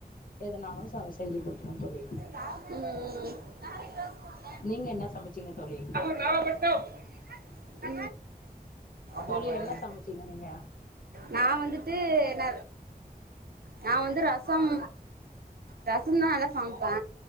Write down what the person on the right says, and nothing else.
ம் ம் ம்
ம் ம் ம்
நா வந்துட்டு என்ன நா வந்து ரசம் ரசம்தா நல்லா சமைப்பே